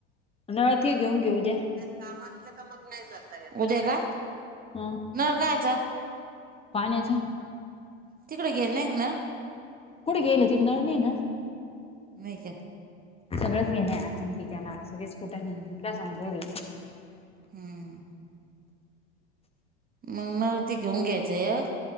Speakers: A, on the left; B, on the right.
A: नळ ते घेऊन घेऊ उद्या.
B: नाही काम असलं तर मग नाही जाता येतं. उद्या का?
A: हां.
B: नळ काय ह्याचा?
A: पाण्याचा.
B: तिकडें गेले नाही का मग?
A: कुठं गेले ते नळ नाही ना!
B: नाही का?
A: सगळंच घेणे अडचण त्याला, सगळेच कुठे घे मी का सांगू रे?
B: हं. मग मळ ती घेऊन घ्यायचंय एक.